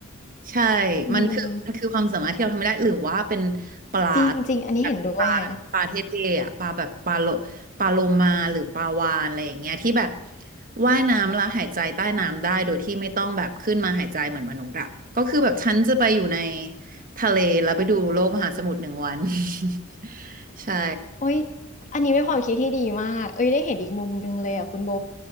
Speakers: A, on the right; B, on the left.
A: ใช่
B: อืม
A: มันคือมันคือความสามารถที่เราทำไม่ได้หรือว่าเป็นปลา
B: จริงๆอันนี้เห็นด้วยฮะ
A: แบบปลาปลาเท่ๆอ่ะปลาแบบปลาโลปลาโลมาหรือปลาวาฬอะไรอย่างเงี้ยที่แบบว่ายน้ำแล้วหายใจใต้น้ำได้โดยที่ไม่ต้องแบบขึ้นมาหายใจเหมือนมนุษย์อ่ะก็คือแบบฉันจะไปอยู่ในทะเลแล้วไปดูโลกมหาสมุทรหนึ่งวัน <laughs> ใช่
B: โอ้ยอันนี้เป็นความคิดที่ดีมากเอ้ยได้เห็นอีกมุมหนึงเลยอ่ะคุณโบ